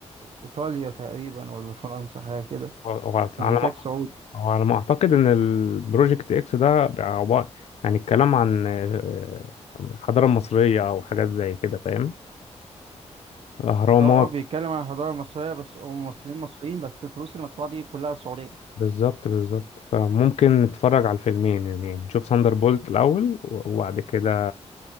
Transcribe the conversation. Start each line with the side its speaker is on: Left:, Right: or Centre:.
Right: ايطاليا تقريبا ولا فرنسا حاجه كده
Left: وعلى
Right: وانتاج سعودي
Left: هو على ما اعتقد ان البروجكت اكس ده عبارة يعني الكلام عن آه، الحضارة المصرية او حاجات زي كده فاهم اهرامات
Right: اه بيتكلم
Left: اه
Right: عن الحضاره المصريه بس وممثلين مصريين بس الفلوس المدفوعه دي كلها سعوديه
Left: بالظبط بالظبط فممكن نتفرج على الفيلمين يعني نشوف ساندر بولت الاول وبعد كده